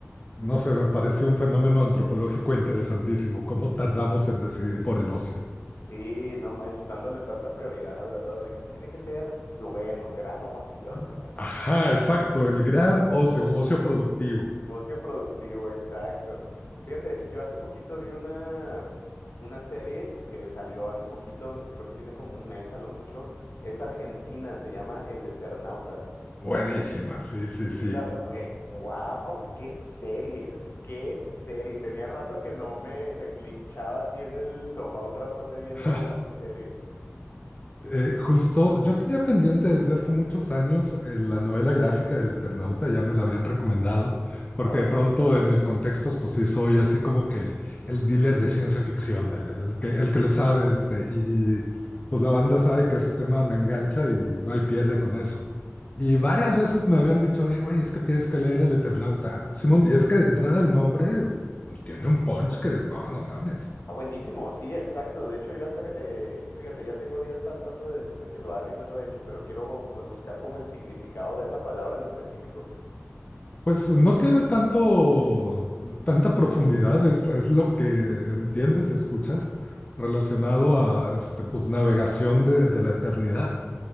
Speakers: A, on the left (about 30°); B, on the left (about 65°).
A: no sé, me parece un fenómeno antropológico interesantísimo, cómo tardamos en decidir por el ocio.
B: Sí, no manches, dándole tanta prioridad, ¿verdad? De que tiene que ser bueno, gran ocio. <laughs>
A: Ajá, exacto, el gran ocio, ocio productivo.
B: Ocio productivo, exacto. Fíjate, yo hace poquito vi una, una serie que salió hace poquito, creo que tiene como un mes a lo mucho. Es argentina, se llama El Eternauta.
A: Buenísima, sí, sí, sí.
B: Sí, la, güey, wow, qué serie, güey, qué serie. Tenía rato que no me, me clinchaba así en el sofá un ratote
A: <laughs>
B: viendo
A: Ja,
B: una serie.
A: Eh, justo, yo tenía pendiente desde hace muchos años eh, la novela gráfica del Eternauta, ya me la habían recomendado, porque
B: Órale.
A: de pronto en mis contextos, pues sí, soy así como que el dealer de ciencia ficción, el, el que, el que le sabe, este, y, y, pues la banda sabe que ese tema me engancha y no hay pierde con eso. Y varias veces me habían dicho, eh, güey, es que tienes que leer el Eternauta. Simón, y es que de entrada el nombre tiene un punch que no, no mames.
B: Ah, buenísimo, sí, exacto. De hecho, yo hasta, eh, y fíjate, ya tengo días tratando de decirme que lo haga y no lo he hecho, pero quiero pues buscar como el significado de esa palabra en específico.
A: Pues no tiene tanto, tanta profundidad, es, es lo que entiendes y escuchas relacionado a este, pues, navegación de, de la eternidad.